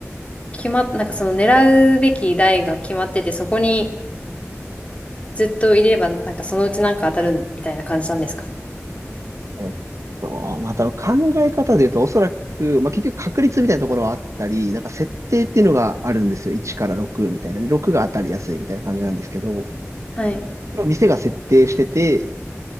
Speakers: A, on the left; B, on the right.
A: 決まっ、なんかその狙うべき台が決まってて、そこにずっといれば、なんかそのうちなんか当たるみたいな感じなんですかね。
B: えっと、また考え方で言うと、おそらく、まあ、結局確率みたいなところはあったり、なんか設定っていうのがあるんですよ。1から6みたいな。で、6が当たりやすいみたいな感じなんですけど、
A: はい。
B: それを店が設定してて、